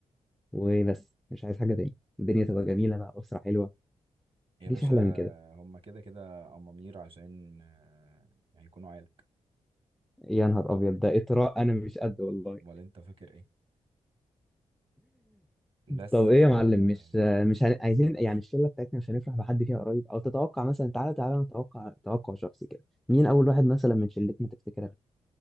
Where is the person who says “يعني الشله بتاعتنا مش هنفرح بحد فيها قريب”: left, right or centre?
Centre